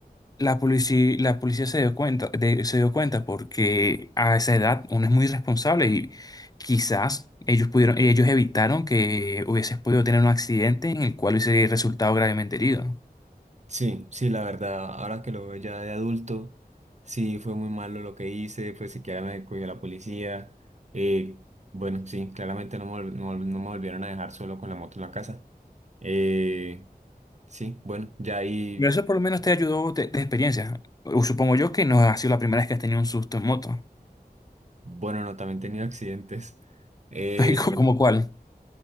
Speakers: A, on the left; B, on the right.
A: la policía, la policía se dio cuenta, de- se dio cuenta porque a esa edad uno es muy irresponsable y quizás ellos pudieron, ellos evitaron que hubieses podido tener un accidente en el cual hubiese resultado gravemente herido.
B: Sí, sí, la verdad, ahora que lo veo ya de adulto, sí, fue muy malo lo que hice, pues siquiera me cogió la policía. Eh, bueno, sí, claramente no me, vol- no, vol- no me volvieron a dejar solo con la moto en la casa. Eh, sí, bueno, ya ahí,
A: Pero eso por lo menos te ayudó de, de experiencia. O Supongo yo que no ha sido la primera vez que has tenido un susto en moto.
B: bueno, no, también he tenido accidentes. Eh,
A: <laughs> ¿Cómo cuál?